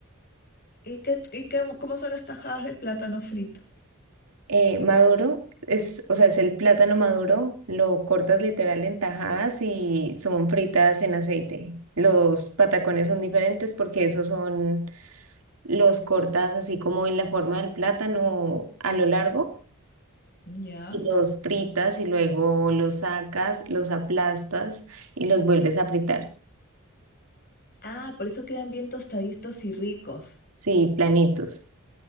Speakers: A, on the left (about 45°); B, on the right (about 75°).
A: ¿Y qué, y qué- cómo son las tajadas de plátano frito?
B: Eh, maduro es, o sea, es el plátano maduro, lo cortas literal en tajadas y son fritas en aceite. Los patacones son diferentes porque esos son los cortas así como en la forma del plátano a lo largo
A: Ya.
B: y los fritas y luego los sacas, los aplastas y los vuelves a fritar.
A: Ah, por eso quedan bien tostaditos y ricos.
B: Sí, planitos.